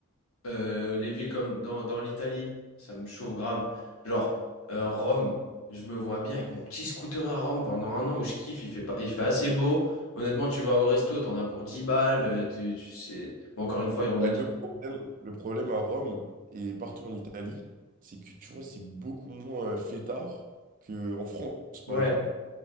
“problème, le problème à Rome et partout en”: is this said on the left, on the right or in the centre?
Right